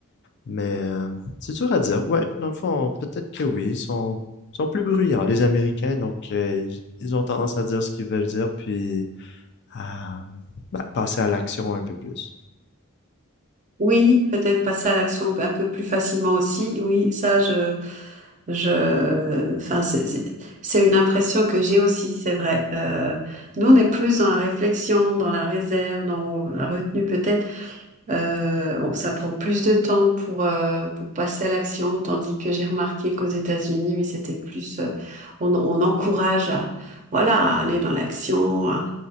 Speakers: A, on the left (about 50°); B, on the right (about 35°).
A: Mais euh, c'est dur à dire. Ouais, dans le fond, peut-être que oui, ils sont ils sont plus bruyants les Américains, donc euh, ils ils ont tendance à dire ce qu'ils veulent dire, puis à bah, passer à l'action un peu plus.
B: Oui, peut-être passer à l'action un peu plus facilement aussi. Oui, ça, je, je, enfin, c'est c'est- c'est une impression que j'ai aussi, c'est vrai. Euh, nous, on est plus dans la réflexion, dans la réserve, dans la retenue peut-être. Euh, bon, ça prend plus de temps pour, euh, pour passer à l'action, tandis que j'ai remarqué qu'aux États-Unis, oui, c'était plus, euh, on, on encourage à, voilà, à aller dans l'action, à,